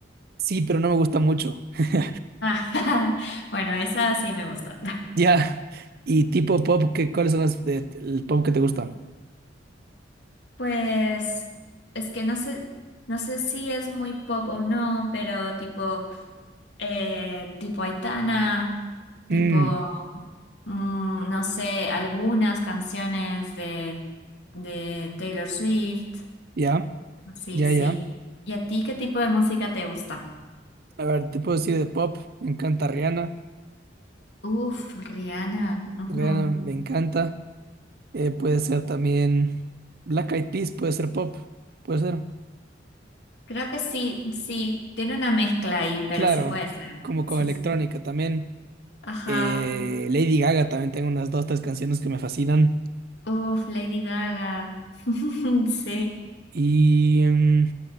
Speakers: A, on the right; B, on the left.
A: Sí, pero no me gusta mucho. <laughs>
B: Ah, <laughs> bueno, esa sí me gusta.
A: Ya. ¿Y tipo pop? ¿Qué, cuáles son las de- el pop que te gusta?
B: Pues es que no sé, no sé si es muy pop o no, pero tipo, eh, tipo Aitana, tipo,
A: Mm,
B: mm, no sé, algunas canciones de, de Taylor Swift.
A: ya,
B: Sí,
A: ya,
B: sí.
A: ya.
B: ¿Y a ti qué tipo de música te gusta?
A: A ver, te puedo decir de pop. Me encanta Rihanna.
B: Uf, Rihanna. ujú.
A: Rihanna me encanta. Eh, puede ser también Black Eyed Peas, puede ser pop. Puede ser.
B: Creo que sí, sí, tiene una mezcla ahí, pero
A: Claro,
B: sí puede ser.
A: como con
B: Sí,
A: electrónica
B: sí.
A: también.
B: Ajá.
A: Eh, Lady Gaga también tengo unas dos, tres canciones que me fascinan.
B: Uf, Lady Gaga. <laughs> Sí.
A: Y mm,